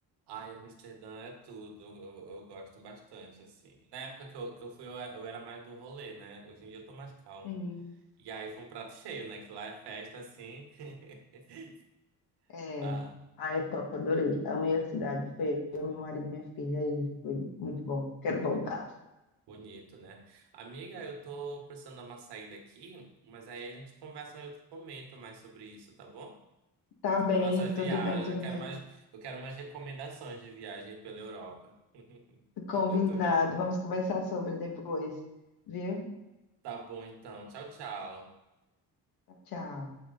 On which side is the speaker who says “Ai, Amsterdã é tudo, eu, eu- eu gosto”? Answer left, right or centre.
Right